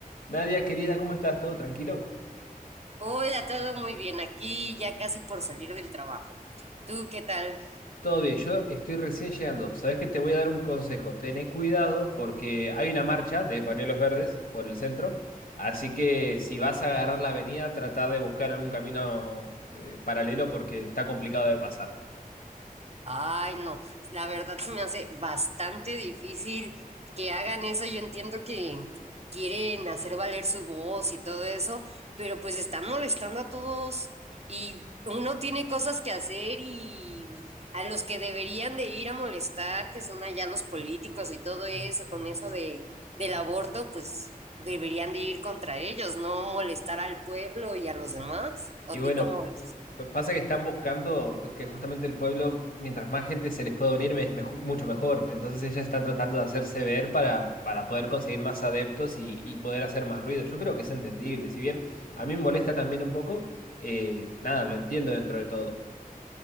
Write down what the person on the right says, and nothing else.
Hola, todo muy bien aquí, ya casi por salir del trabajo. ¿Tú qué tal?
Ay, no, la verdad se me hace bastante difícil que hagan eso. Yo entiendo que quieren hacer valer su voz y todo eso, pero pues están molestando a todos y uno tiene cosas que hacer y a los que deberían de ir a molestar, que son allá los políticos y todo eso, con eso de, del aborto, pues deberían de ir contra ellos, no molestar al pueblo y a los demás. ¿O
tú cómo ves?